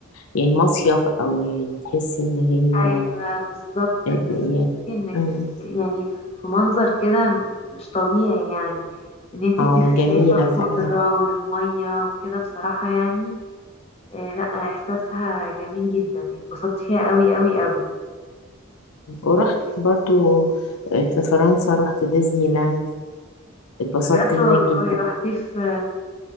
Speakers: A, on the left; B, on the left.
A: يعني مصيف او يعني تحسي ان هي
B: ايوه بالظبط
A: آه،
B: انت
A: يعني
B: بتحسي انك
A: أمم.
B: يعني في في منظر كده مش طبيعي يعني ان انت
A: اه
B: بتبقي
A: جميلة
B: شايفه الخضره
A: فعلا
B: والميه وكده بصراحه يعني آه لا احساسها جميل جدا يعني اتبسطت فيها قوي قوي قوي
A: ورحت برضو آه، في فرنسا رحت ديزني لاند اتبسطت
B: بجد
A: هناك
B: والله
A: جدا
B: رحتي في